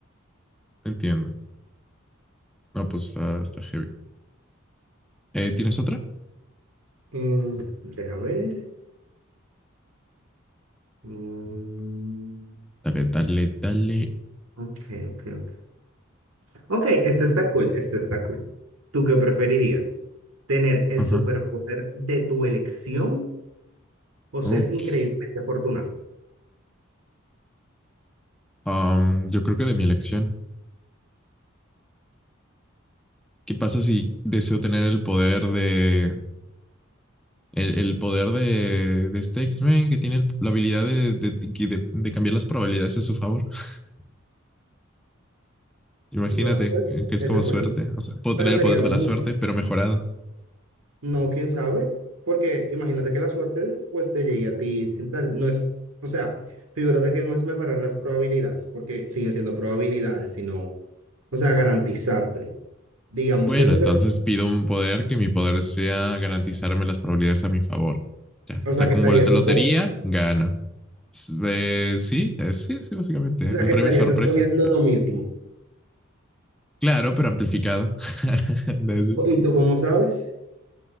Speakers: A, in the centre; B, on the right (about 80°).
A: entiendo. No, pues está, está heavy. Eh, ¿tienes otra?
B: Mm, deja ver. Mm,
A: Dale, dale, dale.
B: ok, ok, ok. Ok, este está cool, este está cool. ¿Tú qué preferirías? ¿Tener el
A: Ajá.
B: superpoder de tu elección o ser
A: Ok.
B: increíblemente afortunado?
A: Am, yo creo que de mi elección. ¿Qué pasa si deseo tener el poder de. El, el poder de, de este X-Men que tiene el- la habilidad de, de, de- de cambiar las probabilidades a su favor? <laughs> Imagínate
B: Bueno, pues
A: eh, que es
B: ese
A: como
B: fue
A: suerte.
B: el... otro.
A: O sea, puedo
B: Pero
A: tener el
B: sería
A: poder
B: lo
A: de la
B: mismo.
A: suerte, pero mejorado.
B: No, quién sabe, porque imagínate que la suerte pues te llegue a ti sin tal, no es, o sea, figúrate que no es mejorar las probabilidades, porque siguen siendo probabilidades, sino, o sea, garantizártelo. Digamos
A: Bueno,
B: que eso
A: entonces
B: será,
A: pido un poder que mi poder sea garantizarme las probabilidades a mi favor. Ya,
B: o sea,
A: saco
B: que estarías
A: un boleto de
B: esco-
A: lotería, gano. S- eh, sí, eh, sí, sí, básicamente.
B: o sea,
A: Un
B: que
A: premio
B: estarías
A: sorpresa,
B: escogiendo
A: gano.
B: lo mismo.
A: Claro, pero amplificado. <laughs> Desde-
B: ¿Y tú cómo sabes?